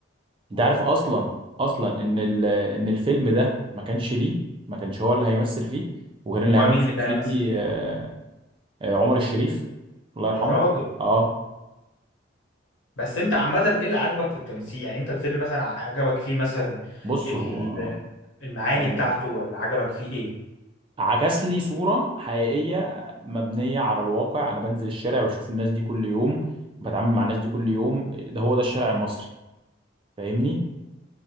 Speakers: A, on the right (about 25°); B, on the left (about 80°).
A: أنت عارف أصلا أصلا إن ال... إن الفيلم ده ما كانش ليه ما كانش هو اللي هيمثل فيه وكان اللي
B: امال
A: هيمثل
B: مين اللي كان
A: فيه
B: هيمثل فيه
A: آه، آه، عمر الشريف الله يرحمه
B: يا راجل
A: أه
B: بس انت عامة ايه اللي عجبك في التمثيل يعني انت الفيلم مثلا عجبك فيه مثلا
A: بص
B: ال-
A: هو آه،
B: المعاني
A: هقول
B: بتاعته
A: لك.
B: ولا عجبك فيه ايه
A: عكس لي صورة حقيقية مبنية على الواقع أنا بنزل الشارع بشوف الناس دي كل يوم بتعامل مع الناس دي كل يوم ده هو ده الشارع المصري فاهمني